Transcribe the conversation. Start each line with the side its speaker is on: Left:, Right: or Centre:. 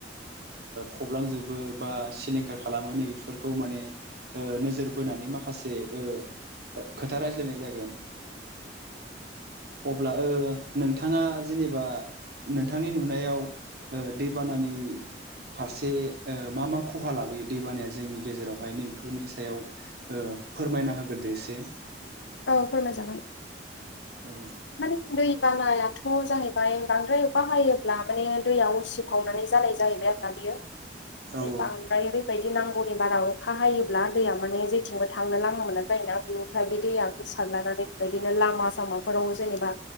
Right: फबलांजोबो बा सि लिंखार खालामो नैफोरखौ माने नोजोर बोनानै माखासे ओ खोथा रायज्लायनाय जागोन अब्ला ओ नोंथाङा जेनेबा नोंथांनि नुनायाव दै बानानि फारसे मा मा खहा लाबोयो दैबानाया जोंनि गेजेरावहाय नैबेफोरनि सायाव फोरमायना होग्रोदो एसे
Left: औ फोरमाय जागोन
Right: औ
Left: माने दै बाना जाहैबाय बांद्राय बाहायोब्ला माने दैयाव उसिफावनानै जानाय जाहैबाय आरो बियो
Right: औ
Left: बे बांदाराय बेबायदि बै नांगौनि बारा अखा हायोब्ला दैया माने जेथिंबो थांनो लामा मोना जायोना बेनिफ्राय बे दैया गोसा नानैबायदिनो लामा सामा फोराव जेनेबा